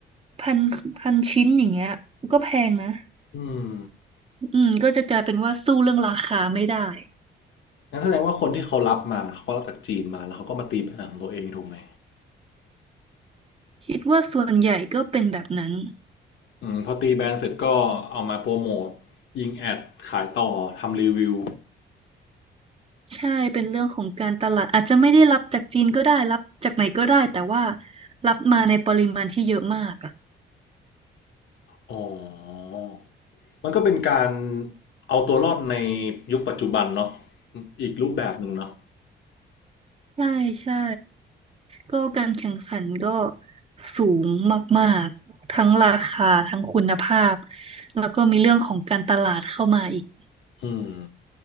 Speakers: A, on the right; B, on the left.
A: พันพันชิ้นอย่างเงี้ยก็แพงนะ
B: อืม
A: อืมก็จะกลายเป็นว่าสู้เรื่องราคาไม่ได้
B: งั้นแสดงว่าคนที่เขารับมาเขาก็รับจากจีนมาแล้วเขาก็มาตีแบรนด์ของตัวเองถูกไหม
A: คิดว่าส่วนใหญ่ก็เป็นแบบนั้น
B: อืมพอตีแบรนด์เสร็จก็เอามาโปรโมทยิงแอดขายต่อทำรีวิว
A: ใช่เป็นเรื่องของการตลาดอาจจะไม่ได้รับจากจีนก็ได้รับจากไหนก็ได้แต่ว่ารับมาในปริมาณที่เยอะมากอะ
B: อ๋อ มันก็เป็นการเอาตัวรอดในยุคปัจจุบันเนาะอีกรูปแบบหนึ่งเนาะ
A: ใช่ใช่ก็การแข่งขันก็สูงมากๆทั้งราคาทั้งคุณภาพแล้วก็มีเรื่องของการตลาดเข้ามาอีก
B: อืม